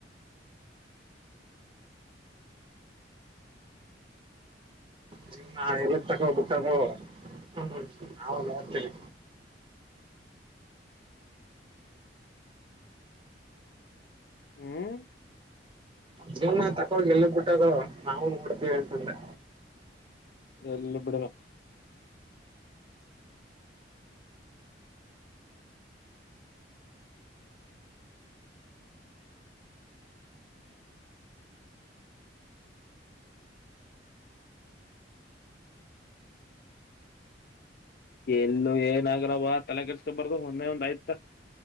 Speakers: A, on the right; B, on the left.
A: ಜೀವ್ನ ಎಲ್ಲಕ್ ತಗ ಹೋಗ್ ಬಿಟ್ಟತ್ತು ಹ್ಮ ನಾನು ನೋಡ್ತಿನಿ.
B: ಹ್ಮ್
A: ಜೀವ್ನ ತಕ್ಕಹೋಗ್ ಎಲಿಗ್ ಬಿಟ್ಟದು ನಾವು ನೋಡ್ತಿವಿ ಅಂತಂದೆ.
B: ಎಲ್ಲು ಬಿಡಲ್ಲ. ಎಲ್ಲು ಏನಾಗಲ್ಲವ ತಲೆ ತಲೆ ಕೆಡಿಸ್ಕೊಬಾರ್ದು ಮೊನ್ನೆ ಒಂದ್ ಆಯ್ತ